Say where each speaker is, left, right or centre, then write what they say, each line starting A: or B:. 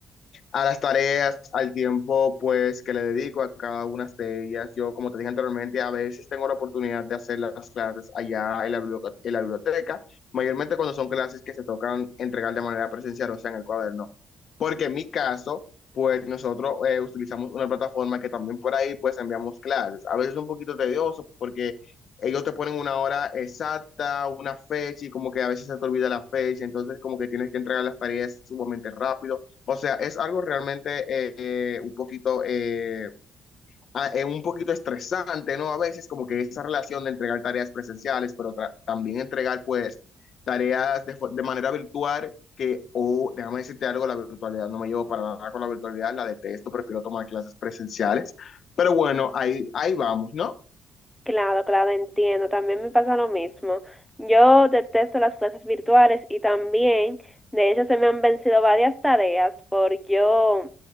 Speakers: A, on the left (about 60°); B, in the centre.
A: a las tareas, al tiempo pues que le dedico a cada una de ellas. Yo, como te dije anteriormente, a veces tengo la oportunidad de hacer las clases allá en la, biblioteca, en la biblioteca, mayormente cuando son clases que se tocan entregar de manera presencial, o sea, en el cuaderno. Porque en mi caso, pues nosotros eh, utilizamos una plataforma que también por ahí pues enviamos clases. A veces es un poquito tedioso porque ellos te ponen una hora exacta, una fecha y como que a veces se te olvida la fecha, entonces como que tienes que entregar las tareas sumamente rápido o sea, es algo realmente eh, un poquito, eh, a- eh, un poquito estresante, ¿no? A veces como que esa relación de entregar tareas presenciales, pero tra- también entregar pues tareas de, fo- de manera virtual que, o déjame decirte algo, la virtualidad no me llevo para nada con la virtualidad, la detesto, prefiero tomar clases presenciales. Pero bueno, ahí, ahí vamos, ¿no?
B: Claro, claro, entiendo. También me pasa lo mismo. Yo detesto las clases virtuales y también, de hecho, se me han vencido varias tareas por yo